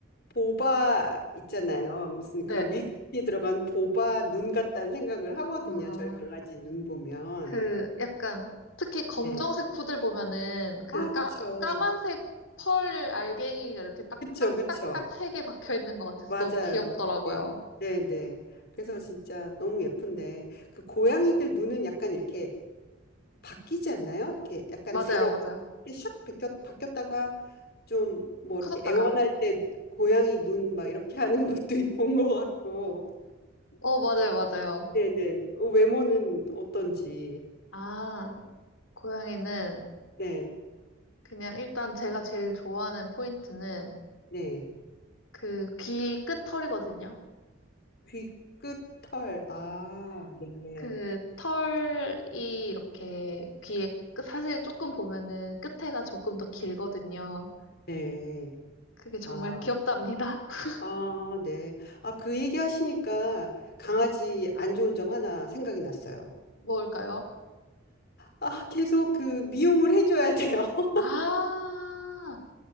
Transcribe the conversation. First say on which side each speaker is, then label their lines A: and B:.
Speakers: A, on the left; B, on the left.
A: 보바 있잖아요. 무슨
B: 네.
A: 그런 밀크티에 들어간 보바 눈 같다는 생각을 하거든요.
B: 아,
A: 저희 강아지 눈 보면.
B: 그 약간 특히 검정색
A: 네.
B: 푸들 보면은 그
A: 아,
B: 까,
A: 그쵸.
B: 까만색 펄 알갱이가 이렇게 딱딱딱딱
A: 그쵸, 그쵸.
B: 세 개 박혀 있는 것 같아서
A: 맞아요.
B: 너무 귀엽더라고요.
A: 네, 네, 네. 그래서 진짜 너무 예쁜데 그 고양이들 눈은 약간 이렇게 바뀌지 않나요? 이렇게 약간
B: 맞아요,
A: 새로
B: 맞아요.
A: 이렇게 샥 바뀌었, 바뀌었다가 좀 뭐
B: 커졌다가.
A: 이렇게 애원할 때 고양이 눈 막 이렇게 하는 것도 <laughs> 본 것 같고.
B: 어, 맞아요, 맞아요.
A: 네, 네. 어, 외모는 어떤지.
B: 아, 고양이는
A: 네,
B: 그냥 일단 제가 제일 좋아하는 포인트는
A: 네.
B: 그 귀 끝털이거든요.
A: 귀 끝 털. 아, 네,
B: 그 털이 이렇게 귀에 끝- 사실 조금 보면은 끝에가 조금 더 길거든요.
A: 네.
B: 그게 정말
A: 아.
B: 귀엽답니다. <laughs>
A: 아, 네. 아, 그 얘기 하시니까 강아지 안 좋은 점 하나 생각이 났어요.
B: 뭘까요?
A: 아, 계속 그 미용을 해줘야 돼요. <laughs>
B: 아,